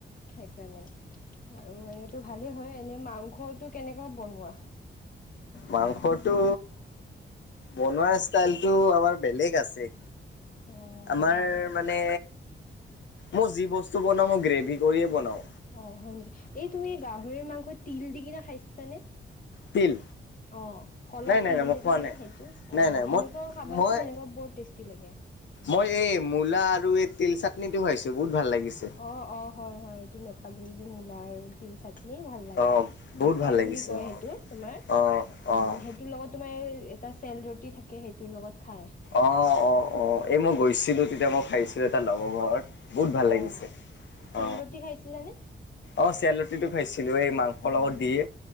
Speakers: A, on the left; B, on the left.
A: সেইকাৰণে, আৰু এনেতো ভালেই হয় এনে মাংসটো কেনেকা বনোৱা?
B: মাংসটো, বনোৱাৰ ষ্টাইলটো আমাৰ বেলেগ আছে।
A: অ'।
B: আমাৰ মানে, মই যি বস্তু বনাওঁ মই গ্ৰেভি কৰিয়ে বনাও।
A: অ' হয় নেকি! এই তুমি গাহৰিৰ মাংসত তিল দি কিনে খাইছানে?
B: তিল
A: অ, ক'লা
B: নাই নাই
A: তিল
B: নাই মই
A: যে
B: খোৱা
A: থাকে
B: নাই।
A: সেইটো, অ'
B: নাই নাই
A: সেনেকুৱাও
B: মই
A: খাবাচোন
B: মই
A: সেনেকুৱা বৰ টেষ্টি লাগে।
B: মই এই মূলা আৰু এই তিল চাটনিটো খাইছো। বহুত ভাল লাগিছ
A: অ, অ, হয়, হয়, এইটো নেপালীৰ যে মূলাৰ তিল চাট নেই ভাল লাগে।
B: অ', বহুত
A: আচাৰ
B: ভাল লাগিছে
A: বুলি কয়
B: অ',
A: সেইটো তোমাৰ, উম্
B: অ',
A: সেই
B: অ'।
A: সেইটোৰ লগত তোমাৰ, এই এটা চেল ৰুটি থাকে সেইটোৰ লগত খাই।
B: অ' অ, অ। এই মই গৈছিলো, তেতিয়া মই খাইছিলো এটা লগৰ ঘৰত বহুত ভাল
A: অ
B: লাগিছে,
A: চেল
B: অ
A: ৰুটি খাইছিলানে?
B: অ' চেলৰুটিটো খাইছিলো। এই মাংসৰ
A: উম
B: লগত দিয়ে,